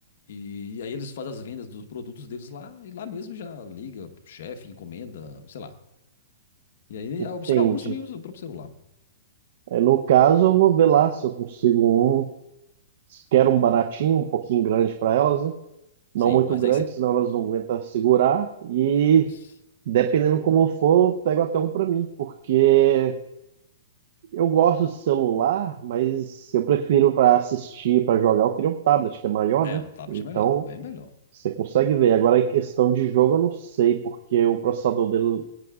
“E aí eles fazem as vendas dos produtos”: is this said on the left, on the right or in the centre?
Left